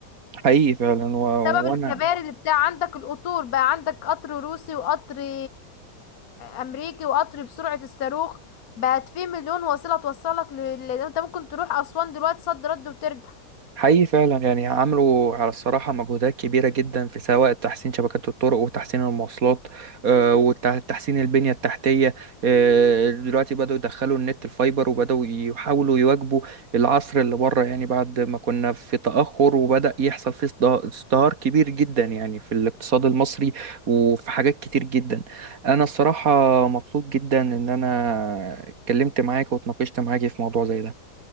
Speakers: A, on the right; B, on the left.
A: حقيقي فعلا و...
B: بسبب الكباري
A: وانا
B: اللي بتاع عندك القطور بقى عندك قطر روسي وقطر <laughs> امريكي وقطر بسرعة الصاروخ بقت في مليون وسيلة توصلك ل... ل- انت ممكن تروح اسوان دلوقتي صد رد وترجع
A: حقيقي فعلا يعني عملوا على الصراحة مجهودات كبيرة جدا في سواء تحسين شبكات الطرق وتحسين المواصلات آه، وتحسين البنية التحتية آه، دلوقتي بدأوا يدخلوا النت الفايبر وبدأوا يحاولوا يواكبوا العصر اللي بره يعني بعد ما كنا في تأخر وبدأ يحصل فيه ازده- ازدهار كبير جدا يعني في الاقتصاد المصري وفي حاجات كتير جدا أنا الصراحة مبسوط جدا إن أنا اتكلمت معاك واتناقشت معاك في موضوع زي ده